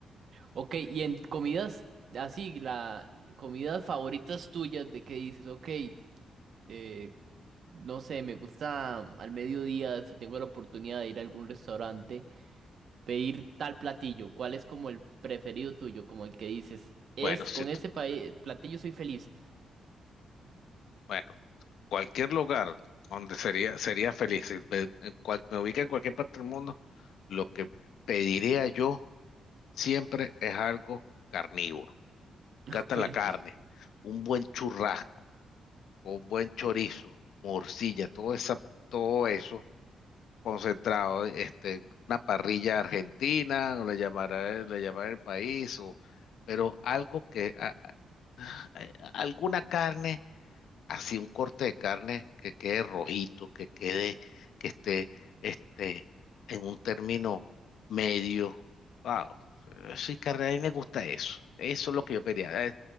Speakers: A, on the right; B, on the left.
A: Ok, y en comidas así, la comidas favoritas tuyas de que dices, ok, eh, no sé, me gusta al mediodía, si tengo la oportunidad de ir a algún restaurante, pedir tal platillo. ¿Cuál es como el preferido tuyo? Como el que dices, es
B: Bueno, sí,
A: con
B: t-
A: ese pa- platillo soy feliz.
B: bueno. cualquier lugar donde sería, sería feliz, si me, en cual- me ubica en cualquier parte del mundo, lo que pediría yo siempre es algo carnívoro. Me
A: <laughs>
B: encanta la
A: Ok.
B: carne, un buen churrasco, un buen chorizo, morcilla, todo esa, todo eso concentrado, este, una parrilla argentina, le llamará, le llamará el país, o, pero algo que, a- a- alguna carne así un corte de carne que quede rojito, que quede, que esté, este, en un término medio. Wow, sí, carne, a mí me gusta eso. Eso es lo que yo pedía. Eh,